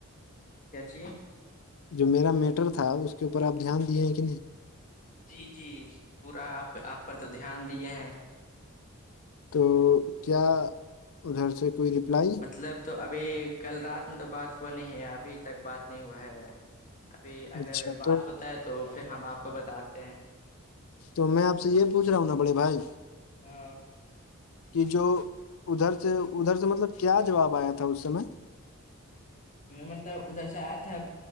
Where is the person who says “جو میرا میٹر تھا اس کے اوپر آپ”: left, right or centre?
Left